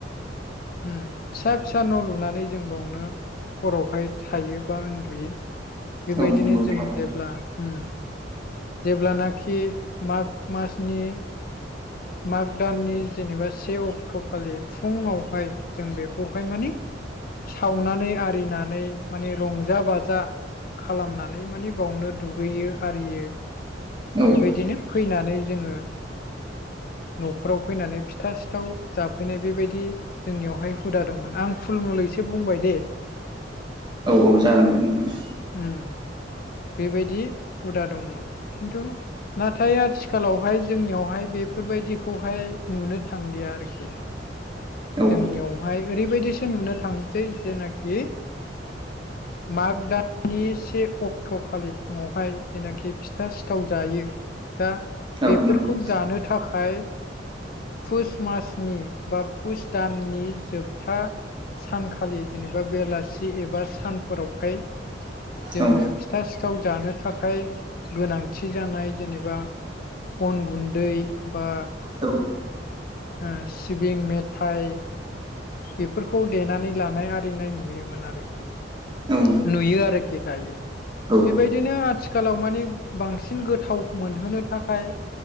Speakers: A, on the left; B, on the right.
A: उम फिसा फिसा न' लुनानै जों बावनो हरावहाय थायो बा उन्दुयो। बेबायदिनो
B: औ नंगौ
A: जों
B: थारैनो
A: जेब्ला उम जेब्लानाखि माग मासनि माग दाननि जेनेबा से अक्ट'खालि फुङावहाय जों बेखौहाय माने सावनानै आरिनानै माने रंजा बाजा खालामनानै माने बावनो दुगैयो आरियो।
B: औ
A: बेबायदिनो फैनानै जोङो न'फोराव फैनानै फिथा सिथाव जाफैनाय बेबायदि दि जोंनियावहाय हुदा दंमोन। आं फुल मुलैसो बुंबाय दे।
B: औ औ जागोन दे नोंथां।
A: उम। बेबायदि हुदा दंमोन। खिन्थु नाथाय आथिखालावहाय जोंनियावहाय बेफोरबायदिखौहाय नुनो थांलिया आरो खि।
B: औ
A: जोंनियावहाय ओरैबायदिसो नुनो थांसै जेनाखि माग दाननि से अक्ट' खालि फुङावहाय जेनाखि फिथा सिथाव जायो। दा
B: औ
A: बेफोरखौ
B: नंगौ
A: जानो थाखाय पुष मासनि बा पुष दाननि जोबथा सानखालि जेनेबा बेलासि एबा सानफोरावहाय जोंनो
B: औ
A: फिथा सिथाव जानो थाखाय गोनां थि जानाय जेनेबा अन गुन्दै बा
B: औ
A: ओ सिबिं मेथाइ बेफोरखौ देनानै लानाय आरिनाय नुयोमोन आरोखि।
B: औ नंगौ
A: नुयो आरोखि दायो
B: औ
A: बेबायदिनो आ थिखालाव माने बांसिन गोथाव मोनहोनो थाखाय